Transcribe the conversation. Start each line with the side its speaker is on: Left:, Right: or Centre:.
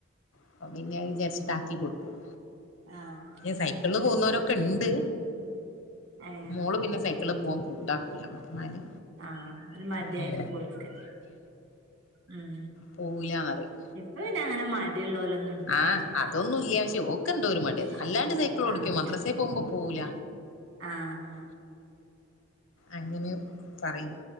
Left: അപ്പ പിന്നെ വിചാരിച്ചിട്ടാക്കി കൊടുക്കും
Right: ആഹ്
Left: സൈക്കിളിൽ പോകുന്നവരൊക്കെ ഇണ്ട്
Right: ഏഹ്
Left: മോള് പിന്നെ സൈക്കി ക്ക്ള് പോവാൻ കൂട്ടാക്കൂല പറഞ്ഞാല്
Right: ആഹ് ഒരു മടി
Left: ഉം
Right: ആയിരിക്കും ഓൽക്ക് ഉം
Left: പോവൂല്ലാന്ന് പറയും
Right: ഇപ്പ പിന്നെ അങ്ങനെ മടിയുള്ളോലൊന്നും ഉണ്ടാവൂല
Left: ആഹ് അതൊന്നുല്ല പക്ഷെ ഓക്ക് എന്തോരു മടി
Right: ഉം
Left: അല്ലാണ്ട് സൈക്കി ഓടിക്കും
Right: ആഹ്
Left: മദ്രസ പോമ്പോ പോവൂല
Right: ആഹ്
Left: അങ്ങനെയും പറയും